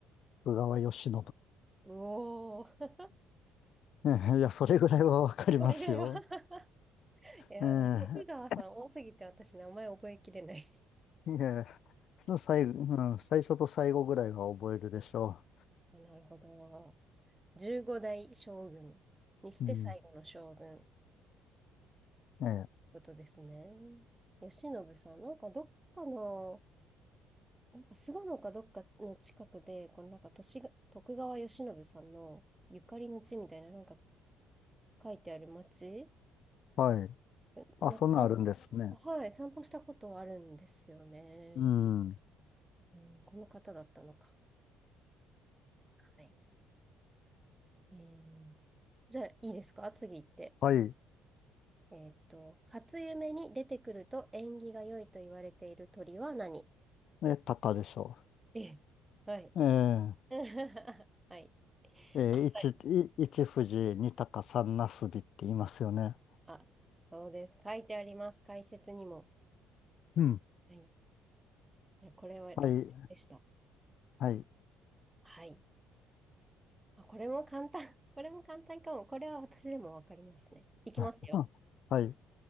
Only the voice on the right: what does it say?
うおー、
これぐらいは <laughs> いや、
なんか徳川さん多すぎて私名前覚えきれない。
<laughs> なるほど。15代将軍にして最後の将軍って
ことですね。慶喜さん、なんかどっかの、なんか巣鴨かどっかの近くで、このなんか都市が、徳川慶喜さんのゆかりの地みたいな、なんか書いてある町、
えなんか、
はい、散歩したことがあるんですよね。
うん、この方だったのか。はい。えーじゃあ、いいですか次行って。
えーっと、初夢に出てくると縁起が良いと言われている鳥は何
ええ、はい。
<laughs> はい。
あっさり。
あ、そうです。書いてあります。解説にも。
はい。いやこれは楽でした。
はい。あ、これも簡単。<laughs> これも簡単かも。これは私でもわかりますね。いきますよ。